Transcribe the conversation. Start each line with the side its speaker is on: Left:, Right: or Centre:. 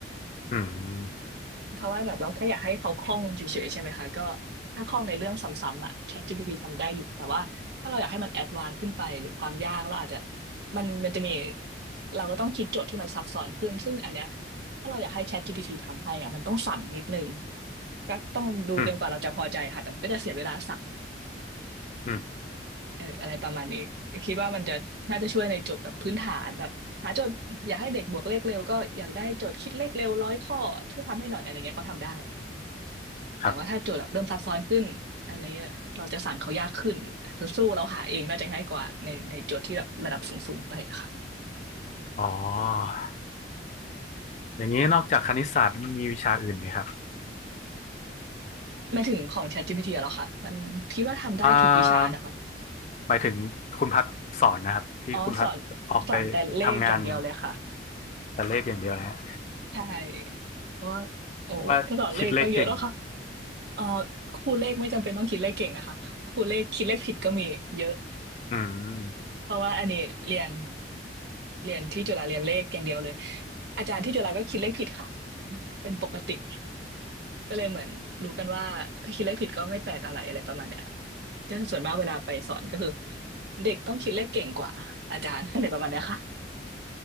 Left: อืม
Right: เพราะว่าแบบเราแค่อยากให้เขาคล่องเฉยๆใช่ไหมคะก็ถ้าคล่องในเรื่องซ้ำๆอ่ะ ChatGPT ทำได้อยู่แต่ว่าถ้าเราอยากให้มันแอดวานซ์ขึ้นไปหรือความยากเราอาจจะมันมันจะมีเราก็ต้องคิดโจทย์ที่มันซับซ้อนขึ้นซึ่งอันเนี้ยถ้าเราอยากให้ ChatGPT ทำให้อ่ะมันต้องสั่งนิดนึงก็ต้องดูจนกว่าเราจะพอใจค่ะแต่มันก็จะเสียเวลาสั่ง
Left: อืมอืม
Right: เอออะไรประมาณนี้คิดว่ามันจะน่าจะช่วยในโจทย์แบบพื้นฐานแบบหาโจทย์อยากให้เด็กบวกเลขเร็วก็อยากได้โจทย์คิดเลขเร็วร้อยข้อช่วยทำให้หน่อยอะไรเงี้ยเขาทำได้
Left: ครับ
Right: แต่ว่าถ้าโจทย์แบบเริ่มซับซ้อนขึ้นอันนี้เราจะสั่งเขายากขึ้นสู้เราหาเองน่าจะง่ายกว่าในในโจทย์ที่แบบระดับสูงๆไปอะค่ะ
Left: อ๋อ อย่างนี้นอกจากคณิตศาสตร์มีวิชาอื่นไหมครับ
Right: หมายถึงของ ChatGPT อะเหรอคะมันคิดว่าทำได้ทุกวิชานะคะ
Left: อ่าหมายถึงคุณพัดสอนนะครับที่คุณพัดออกไป
Right: อ๋อสอนสอนแต่เลขอย่างเดียวเลยค่ะ
Left: ทำงานแต่เลขอย่างเดียวนะฮะ
Right: ใช่เพราะว่าโอ้แค่สอนเลขก็เยอะแล้วค่ะ
Left: แปลว่าคิดเลขเก่ง
Right: เออครูเลขไม่จำเป็นต้องคิดเลขเก่งนะคะครูเลขคิดเลขผิดก็มีเยอะ
Left: อืม
Right: เพราะว่าอันนี้เรียนเรียนที่จุฬาเรียนเลขอย่างเดียวเลยอาจารย์ที่จุฬาก็คิดเลขผิดค่ะเป็นปกติ ก็เลยเหมือนรู้กันว่าถ้าคิดเลขผิดก็ไม่แปลกอะไรอะไรประมาณเนี้ยก็ส่วนมากเวลาไปสอนก็คือเด็กต้องคิดเลขเก่งกว่าอาจารย์ <laughs> อะไรประมาณเนี้ยค่ะ